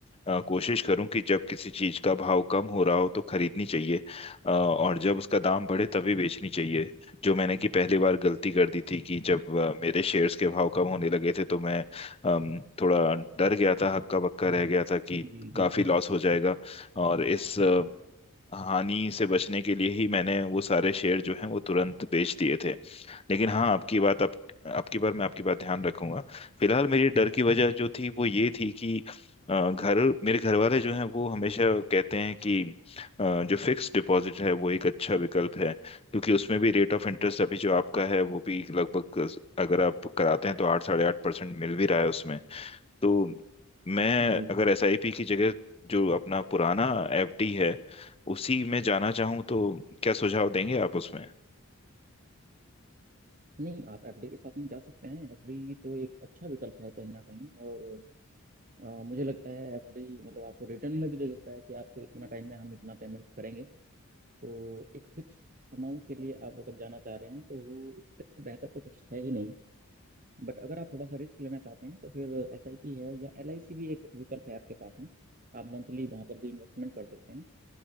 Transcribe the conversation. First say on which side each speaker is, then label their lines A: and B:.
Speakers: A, on the left (about 25°); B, on the right (about 35°).
A: अ, कोशिश करूं कि जब किसी चीज का भाव कम हो रहा हो तो खरीदनी चाहिए अ, और जब उसका दाम बढ़े तभी बेचनी चाहिए जो मैंने कि पहली बार गलती कर दी थी कि जब अ, मेरे शेयर्स के भाव कम होने लगे थे तो मैं अम, थोड़ा डर गया था हक्का बक्का रह गया था कि
B: जी
A: काफी
B: जी
A: लॉस हो जाएगा और इस हानि से बचने के लिए ही मैंने वो सारे शेयर जो हैं वो तुरंत बेच दिए थे लेकिन हाँ आपकी बात आप आपकी बार मैं आपकी बात ध्यान रखूंगा फिलहाल मेरी डर की वजह जो थी वो ये थी कि अ, घर मेरे घर वाले जो हैं वो हमेशा कहते हैं कि अ, जो फिक्स डिपॉजिट है वो एक अच्छा विकल्प है क्योंकि उसमें भी रेट ऑफ इंटरेस्ट अभी जो आपका है वो भी लगभग अगर आप कराते हैं तो आठ साढ़े आठ परसेंट मिल भी रहा है उसमें तो मैं
B: जी
A: अगर
B: जी
A: एसआईपी की जगह जो अपना पुराना एफडी है उसी में जाना चाहूँ तो क्या सुझाव देंगे आप उसमें
B: नहीं आप एफडी के साथ नहीं जा सकते हैं एफडी तो एक अच्छा विकल्प है कहीं ना कहीं और अ, मुझे लगता है एफडी मतलब आपको रिटर्न में भी दे देता है कि आपको इतना टाइम में हम इतना पेमेंट करेंगे तो एक फिक्स अमाउंट के लिए आप अगर जाना चाह रहे हैं तो वो उससे बेहतर तो कुछ है ही नहीं बट अगर आप थोड़ा सा रिस्क लेना चाहते हैं तो फिर एस आई पी है या एल आई सी भी एक विकल्प है आपके पास में आप मंथली वहाँ पर भी इन्वेस्टमेंट कर सकते हैं